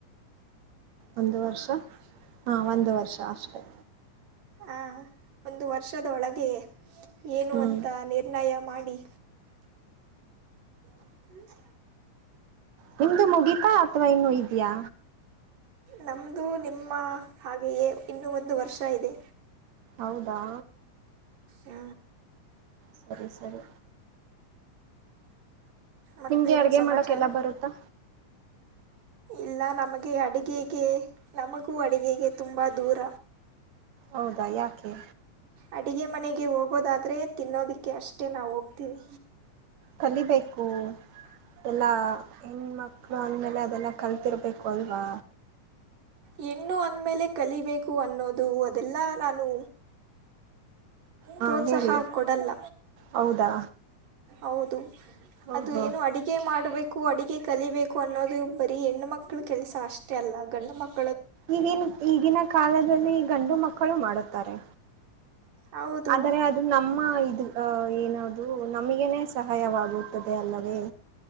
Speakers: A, on the right; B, on the right.
A: ಒಂದು ವರ್ಷ ಹಾ ಒಂದು ವರ್ಷ ಅಷ್ಟೆ
B: ಹ ಒಂದು ವರ್ಷದ ಒಳಗೆ ಏನು
A: ಹ್ಮ್
B: ಅಂತ ನಿರ್ಣಯ ಮಾಡಿ ಹ್ಮ್
A: ನಿಮ್ದು ಮುಗಿತಾ ಅಥವಾ ಇನ್ನು ಇದಯಾ.
B: ನಮ್ಮದು ನಿಮ್ಮ ಹಾಗೆಯೇ ಇನ್ನೂ ಒಂದು ವರ್ಷ ಇದೆ.
A: ಹೌದಾ.
B: ಹ.
A: ಸರಿ ಸರಿ.
B: ಮತ್ತೇನು
A: ನಿಮ್ಗೆ ಅಡ್ಗೆ
B: ಸಮಾಚಾರ.
A: ಮಾಡಕ್ಕೆಲ್ಲ ಬರುತ್ತಾ
B: ಇಲ್ಲ ನಮಗೆ ಅಡುಿಗೆಗೆ ನಮಗೂ ಅಡುಗೆಗೆ ತುಂಬ ದೂರ.
A: ಹೌದಾ ಯಾಕೆ.
B: ಅಡುಿಗೆ ಮನೆಗೆ ಹೋಗೋದಾದರೆ ತಿನ್ನೋದಕ್ಕೆ ಅಷ್ಟೇ ನಾವು ಹೋಗ್ತೀವಿ.
A: ಕಲಿಬೇಕು ಎಲ್ಲ ಹೆಣ ಮಕ್. ಅ್ಮೇಲೆ ಅದೆಲ್ಲ ಕಲ್ತಿರ್ಬೇಕು ಅಲ್ವಾ
B: ಹೆಣ್ಣು ಅಂದಮೇಲೆ ಕಲಿಬೇಕು ಅನ್ನೋದು ಅದೆಲ್ಲ ನಾನು.
A: ಹಾ
B: ಪ್ರೋತ್ಸಾಹ
A: ಹೇಳಿ
B: ಕೊಡಲ್ಲ.
A: ಹೌದಾ
B: ಹೌದು ಅದು
A: ಓಹೋ
B: ಏನೋ ಅಡಿಗೆ. ಅಡುಗೆ ಮಾಡಬೇಕು ಅಡಗೆ ಕಲಿಬೇಕು ಅನ್ನೋದು ಬರೀ ಹೆಣ್ಣು ಮಕ್ಳ ಕೆಲಸ ಅಷ್ಟೇ ಅಲ್ಲ ಗಂಡು ಮಕ್ಕಳು.
A: ಈಗಿನ ಈಗಿನ ಕಾಲದಲ್ಲಿ ಗಂಡು ಮಕ್ಕಳು ಮಾಡುತ್ತಾರೆ.
B: ಹೌದು
A: ಆದರೆ ಅದು ನಮ್ಮ ಇದು ಏನದು ನಮಗೇ ಸಹಾಯವಾಗುತ್ತದೆ ಅಲ್ಲವೇ.